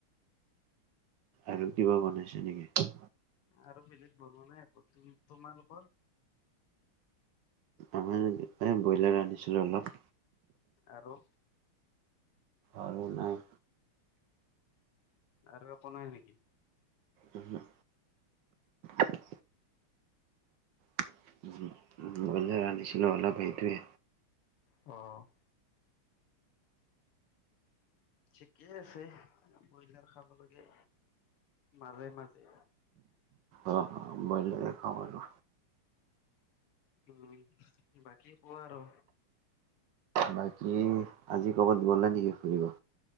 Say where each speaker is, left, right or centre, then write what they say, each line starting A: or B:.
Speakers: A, on the right (about 70°); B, on the left (about 80°).
A: আৰু কিবা বনাইছে নেকি?
B: আৰু বেলেগ বনোৱা নাই একো, তুমি তোমালোকৰ?
A: আমাৰ <inaudible> ব্ৰইলাৰ ৰান্ধিছিলো অলপ।
B: আৰু?
A: আৰু নাই।
B: আৰু একো নাই নেকি?
A: ওহোঁ <inaudible> ব্ৰইলাৰ ৰান্ধিছিলে অলপ এইটোৱে।
B: অঁ। ঠিকে আছে, ব্ৰইলাৰ খাব লাগে মাজে মাজে।
A: অ অ ব্ৰইলাৰ খাব <inaudible>
B: উম বাকী কোৱা আৰু।
A: বাকী আজি ক'বাত গলা নেকি ফুৰিব?